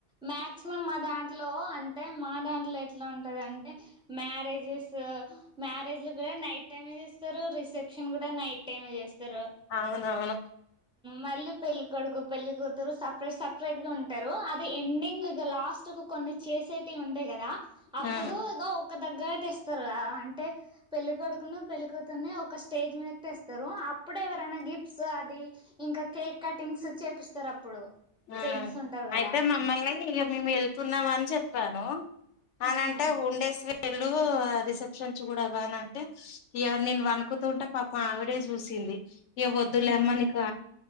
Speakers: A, in the centre; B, on the left.
A: మాక్సిమం అదా దంట్లో అంటే మా దాంట్లో ఎట్ల ఉంటాదంటే మ్యారేజెస్ స మ్యారేజ్ కూడా నైట్ టైమే చేస్తారు రిసెప్షన్ కూడా నైట్ టైమే చేస్తారు
B: అవునవును
A: మళ్ళీ పెళ్లి కొడుకు పెళ్లి కూతురు సపరేట్ సపరేట్ గా ఉంటారు ఎండింగ్ ఇగ లాస్ట్ కు కొన్ని చేసేటివి ఉంటాయి కదా అప్పుడు
B: ఆ
A: ఇక ఒక దగ్గర ఐతె వస్తరు కదా అని అంటె పెళ్ళి కొడుకును పెళ్ళి కూతురును ఒక స్టేజ్ మీదకు తెస్తారు అప్పుడు ఎవరైనా గిఫ్ట్ సో అది ఇంకా కేక్ కటింగ్స్ చేపిస్తారు అప్పుడు
B: ఆ
A: ఫ్రెండ్స్ ఉంటారు కదా
B: అయితే మమ్మల్ని ఇక మేము వెళ్తున్నాం అని చెప్పాను అనంటే
A: ఉమ్
B: ఉండేసి వెళ్ళు రిసెప్షన్స్ కూడా బాన అంటే ఇక నేను వణుకుతుంటే పాపం ఆవిడే చూసింది ఇక వద్దులేమ్మ
A: ఆహా
B: నీకు